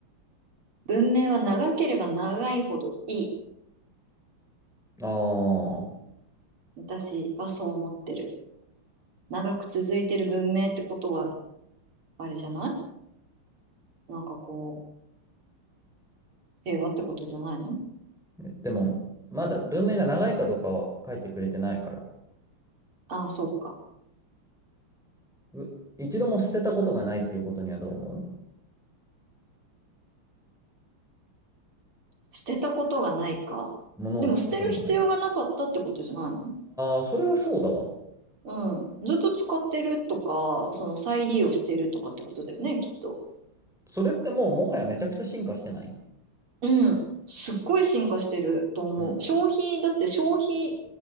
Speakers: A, on the right; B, in the centre.
A: 文明は長ければ長いほどいい。
B: ああ、
A: 私はそう思ってる。長く続いてる文明ってことは、あれじゃないなんかこう、平和ってことじゃないの
B: えでも、まだ文明が長いかどうかは書いてくれてないから、
A: ああ、そうか。
B: う一度も捨てたことがないっていうことにはどう思う
A: 捨てたことがないか。
B: 物を捨てたことがない。
A: でも捨てる必要がなかったってことじゃない
B: ああ、それはそうだわ。
A: のうん。ずっと使ってるとか、その再利用してるとかってことだよね、きっと。
B: それってもうもはやめちゃくちゃ進化してない
A: うん。すっごい進化してると思う。
B: うん。
A: 消費、だって消費